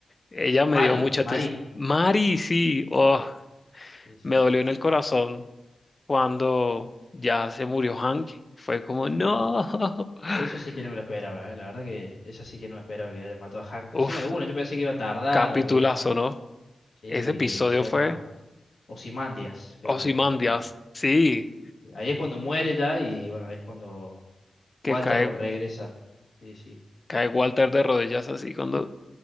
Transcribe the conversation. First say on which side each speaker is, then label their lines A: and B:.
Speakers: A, on the left (about 35°); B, on the left (about 70°).
A: ella me
B: Mari,
A: dio mucha
B: Mari.
A: tristeza. Mari, sí, oh,
B: Sí, sí.
A: me dolió en el corazón cuando ya se murió Hank. Fue como,
B: Sí.
A: no. <laughs>
B: Eso sí que no me lo esperaba, ¿eh? La verdad que eso sí que no me esperaba que le mató a Hank.
A: Uf,
B: Encima de uno, yo pensé que iba a tardar
A: capitulazo,
B: o que iba, no.
A: ¿no?
B: Sí,
A: Ese episodio
B: eh, se llama
A: fue
B: Ozymandias, creo
A: Ozymandias,
B: que era. Cuando...
A: sí,
B: Ahí es cuando muere ya y bueno, es cuando Walter
A: que cae,
B: regresa. Sí, sí,
A: cae Walter de rodillas así cuando,